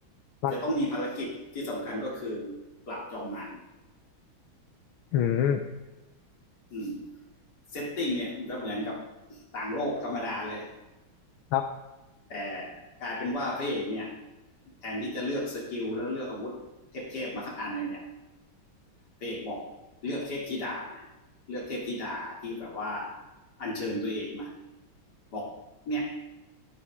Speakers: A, on the left; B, on the left.
A: ครับ
B: จะต้องมีภารกิจที่สำคัญก็คือปราบจอมมาร
A: อืม
B: อืมเซตติ้งเนี่ยมันจะเหมือนกับต่างโลกธรรมดาเลย
A: ครับ
B: แต่กลายเป็นว่าพระเอกเนี่ยแทนที่จะเลือกสกิลแล้วเลือกอาวุธเทพๆมาสักอันหนึ่งเนี่ยพระเอกบอกเลือกเทพธิดามเลือกเทพธิดาที่แบบว่าอัญเชิญตัวเองมาบอกเนี่ย